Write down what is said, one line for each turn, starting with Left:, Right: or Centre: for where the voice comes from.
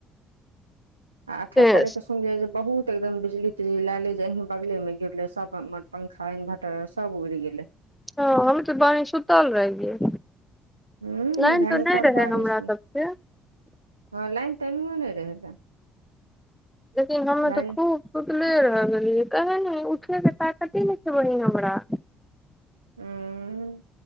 Right: अठाइस
Centre: तें
Right: तारीखके
Centre: से।
Right: सुनलियै जे बहुत एकदम बिजली-तिजली लऽ कऽ जे यहीं बगलमे गिरलै, सभ पंखा इन्वर्टर सभ उड़ि गेलै।
Centre: हँ, हम तऽ एत्तऽ सुतल रहियै।
Right: उंह
Centre: लाइन
Right: भयंकर
Centre: तऽ नहि रहै
Right: बारिश
Centre: हमरा सभके।
Right: मे हँ, लाइन तऽ एन्हुओ नहि रहै।
Centre: लेकिन हमर
Right: लाइन
Centre: तऽ खूब सुतले रहि गेलियै तहँ ने, उठैके ताकते ने छै बहि हमरा।
Right: हँ,